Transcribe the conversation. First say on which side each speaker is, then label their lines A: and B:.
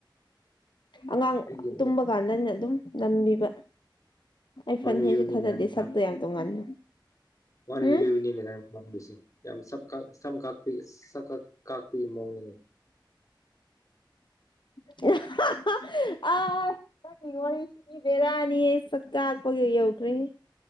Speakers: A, on the left; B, on the left.
A: ꯑꯉꯥꯡ
B: ꯑꯩꯒꯤ
A: ꯇꯨꯝꯕ ꯀꯥꯟꯗ ꯑꯩꯅ ꯑꯗꯨꯝ ꯅꯝꯕꯤꯕ ꯑꯩ ꯐ꯭ꯔꯟ
B: ꯋꯥꯟꯌꯨꯅꯤꯅꯦ
A: ꯍꯦꯌꯔꯁꯨ ꯊꯥꯗꯗꯦ ꯁꯛꯇꯣ
B: ꯅꯪ
A: ꯌꯥꯝ ꯇꯣꯡꯉꯥꯟꯅ
B: ꯋꯥꯟꯚ꯭ꯌꯨꯅꯤꯅꯦ
A: ꯎꯝ
B: ꯅꯪ ꯄꯥꯝꯃꯤꯁꯦ ꯌꯥꯝ ꯁꯛꯀꯥꯛ ꯁꯝ ꯀꯥꯛꯄꯤ ꯏꯁ ꯁꯛꯀꯛ ꯀꯥꯛꯄꯤ ꯃꯑꯣꯡꯅꯤꯅꯦ
A: <unintelligible> ꯑ ꯅꯪꯒꯤ ꯋꯥꯔꯤꯁꯤꯗꯤ ꯕꯦꯔꯥꯅꯤꯌꯦ ꯁꯛ ꯀꯥꯛꯄꯒ ꯌꯧꯈ꯭ꯔꯦꯍꯦ